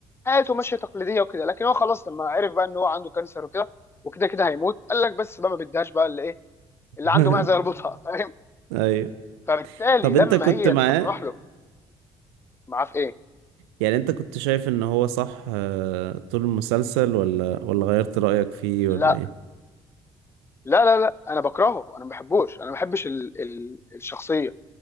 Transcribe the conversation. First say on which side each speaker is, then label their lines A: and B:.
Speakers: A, on the left (about 20°); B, on the right (about 75°).
A: حياته ماشيه تقليديه وكده لكن هو خلاص لما عرف بقى ان هو عنده كانسر وكده وكده كده هيموت قال لك بس بقى ما بديهاش بقى اللي ايه
B: <laughs>
A: اللي عنده معزه يربطها <laughs> فاهم
B: ايوه
A: فبالتالي
B: طب
A: لما
B: انت كنت
A: هي
B: معاه
A: تصرح له معاه في ايه
B: يعني انت كنت شايف ان هو صح آه، طول المسلسل ولا ولا غيرت رأيك فيه
A: لا
B: ولا ايه
A: لا لا لا انا بكرهه انا ما بحبوش انا ما بحبش ال ال الشخصيه